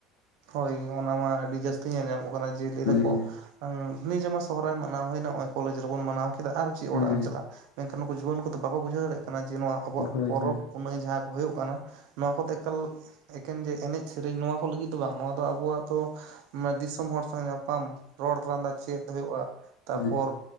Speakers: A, on the right; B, on the left.
A: ᱦᱳᱭ ᱚᱱᱟ ᱢᱟ ᱟᱹᱰᱤ ᱡᱟᱹᱥᱛᱤ ᱧᱮᱞ ᱧᱟᱢᱚᱜ ᱠᱟᱱᱟ ᱡᱮ ᱞᱟᱹᱭ ᱮᱫᱟ
B: ᱦᱩᱸ
A: ᱠᱚ ᱩᱸᱜ ᱱᱤᱡᱮᱢᱟ ᱥᱚᱦᱚᱨᱟᱭ ᱢᱟᱱᱟᱣ ᱦᱩᱭ ᱮᱱᱟ, ᱱᱚᱜᱼᱚᱭ ᱠᱚᱞᱮᱡᱽ ᱨᱮᱵᱚᱱ ᱢᱟᱱᱟᱣ ᱠᱮᱫᱟ ᱟᱨ ᱪᱮᱫ
B: ᱦᱩᱸ
A: ᱚᱲᱟᱜ ᱮᱢ ᱪᱟᱞᱟᱜᱼᱟ ᱾ ᱢᱮᱱᱠᱷᱟᱱ ᱱᱩᱠᱩ ᱡᱩᱣᱟᱹᱱ ᱠᱚᱫᱚ ᱵᱟᱠᱚ ᱵᱩᱡᱷᱟᱹᱣ ᱫᱟᱲᱮᱭᱟᱜ ᱠᱟᱱᱟ ᱡᱮ ᱱᱚᱣᱟ ᱟᱵᱚᱣᱟᱜ
B: ᱦᱩᱸ
A: ᱯᱚᱨᱚᱵᱽᱼᱼ ᱯᱩᱱᱟᱹᱭ ᱡᱟᱦᱟᱸ ᱠᱚ ᱦᱩᱭᱩᱜ ᱠᱟᱱᱟ ᱱᱚᱣᱟ ᱠᱚᱫᱚ ᱮᱠᱟᱞ ᱮᱠᱮᱱ ᱡᱮ ᱮᱱᱮᱡ ᱥᱮᱨᱮᱧ ᱱᱚᱣᱟ ᱠᱚ ᱞᱟᱹᱜᱤᱫ ᱫᱚ ᱵᱟᱝ ᱱᱚᱣᱟ ᱫᱚ ᱟᱵᱚᱣᱟᱜ ᱫᱚ ᱢᱟᱱᱮ ᱫᱤᱥᱚᱢ ᱦᱚᱲ ᱥᱟᱝ ᱧᱟᱯᱟᱢᱼᱼ ᱨᱚᱲ ᱞᱟᱸᱫᱟ ᱪᱮᱫ ᱦᱩᱭᱩᱜᱼᱟ ᱛᱟᱨᱯᱚᱨᱼᱼ
B: ᱦᱩᱸ